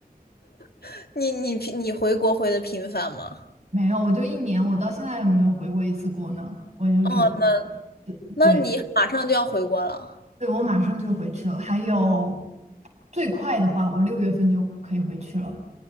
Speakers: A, on the left (about 85°); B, on the right (about 45°).
A: <laughs> 你你平你回国回的频繁吗？
B: 没有，我就一年，我到现在也没有回过一次国呢。我就准备，
A: 哦，那你马上就要回国了。
B: 对，对，我马上就回去了。还有，最快的话，我六月份就可以回去了。